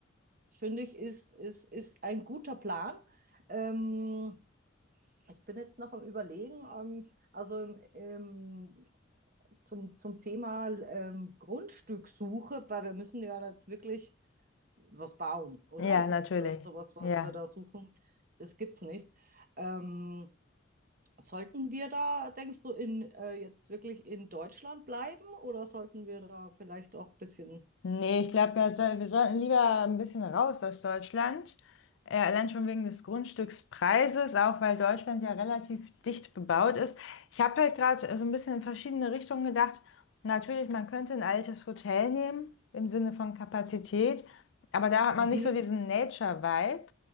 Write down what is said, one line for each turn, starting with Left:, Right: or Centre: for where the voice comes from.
Right: finde ich, ist, ist, ist ein guter Plan. Ähm, ich bin jetzt noch am Überlegen, ähm, also im, im, zum, zum Thema ähm, Grundstückssuche, weil wir müssen ja jetzt wirklich was bauen, oder?
Left: Ja,
Right: Also
Left: natürlich.
Right: das äh, sowas, was
Left: Ja.
Right: wir da suchen, das gibt's nicht. Ähm, sollten wir da, denkst du, in, äh, jetzt wirklich in Deutschland bleiben oder sollten wir da vielleicht auch ein bisschen...
Left: Nee, ich glaube, wir, soll, wir sollten lieber ein bisschen raus aus Deutschland. Äh, allein schon wegen des Grundstückspreises, auch weil Deutschland ja relativ dicht bebaut ist. Ich habe halt gerade so ein bisschen in verschiedene Richtungen gedacht. Natürlich, man könnte ein altes Hotel nehmen, im Sinne von Kapazität, aber da hat man
Right: mhm,
Left: nicht so diesen Nature-Vibe,